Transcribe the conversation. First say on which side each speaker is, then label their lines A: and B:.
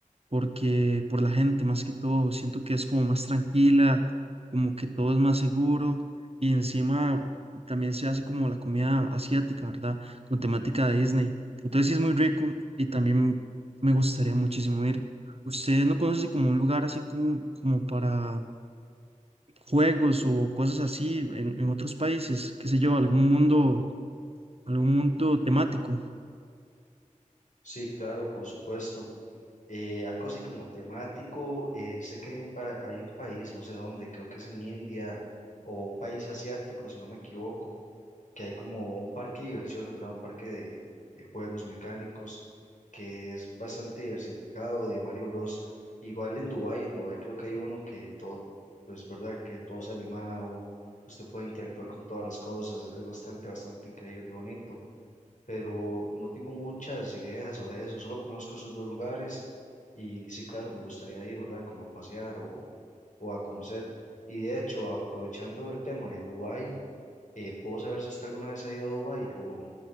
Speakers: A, on the right (about 45°); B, on the left (about 70°).
A: porque por la gente más que todo, siento que es como más tranquila, como que todo es más seguro y encima también se hace como la comida asiática, ¿verdad? Con temática de Disney. Entonces sí es muy rico y también me gustaría muchísimo ir. ¿Usted no conoce como un lugar así como, como para juegos o cosas así en, en otros países? ¿Qué sé yo? ¿Algún mundo, algún mundo temático?
B: Sí, claro, por supuesto. Eh, algo así como temático, eh, sé que hay un, pa- hay un país, no sé dónde, creo que es en India o un país asiático, si no me equivoco que hay como un parque de diversiones, ¿verdad? Un parque de, de juegos mecánicos que es bastante diversificado de Mario Bros. Igual en Dubái, en Dubái creo que hay uno que todo, pues, ¿verdad? Que todo es animado, usted puede interactuar con todas las cosas, es bastante, bastante increíble y bonito, pero no tengo muchas ideas sobre eso, solo conozco esos dos lugares y sí, claro, me gustaría ir, ¿verdad? Como a pasear o, o a conocer. Y de hecho, aprovechando el tema de Dubái, eh, ¿puedo saber si usted alguna vez ha ido a Dubái o